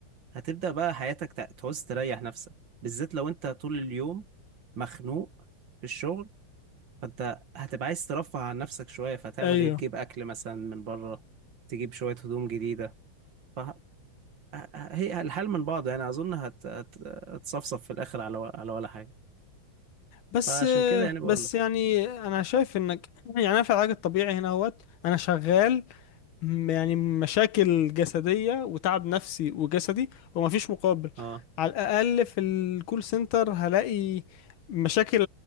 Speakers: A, on the right; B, on the left.
A: هتبدأ بقى حياتك تع- تعوز تريح نفسك بالذات لو انت طول اليوم مخنوق في الشغل فانت هتبقى عايز ترفه عن نفسك شوية فهتعمل
B: ايوه
A: ايه تجيب اكل مثلا من بره تجيب شوية هدوم جديدة ف هي الحل من بعضه يعني اظن هت... هت... هتصفصف في الاخر على و... على ولا حاجة
B: بس
A: فعشان كده يعني بقول
B: بس
A: لك
B: يعني انا شايف انك يعني انا في العلاج الطبيعي هنا اهوت انا شغال م- يعني مشاكل جسدية وتعب نفسي وجسدي ومفيش مقابل
A: اه
B: على الأقل في الكول سنتر هلاقي مشاكل